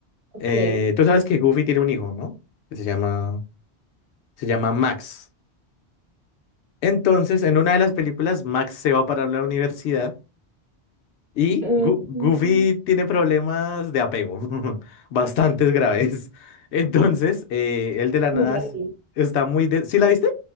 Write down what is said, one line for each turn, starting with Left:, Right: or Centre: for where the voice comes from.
Right: Ok.
Left: Eh, tú sabes que Goofy tiene un hijo, ¿no? Que se llama, se llama Max. Entonces, en una de las películas, Max se va para la universidad y
Right: Mm,
Left: Gu- Goofy
Right: mm,
Left: tiene problemas de apego, <laughs> bastantes graves. Entonces, eh, él de la
Right: sí
Left: nada
Right: la
Left: es-
Right: vi.
Left: está muy... De... ¿Sí la viste?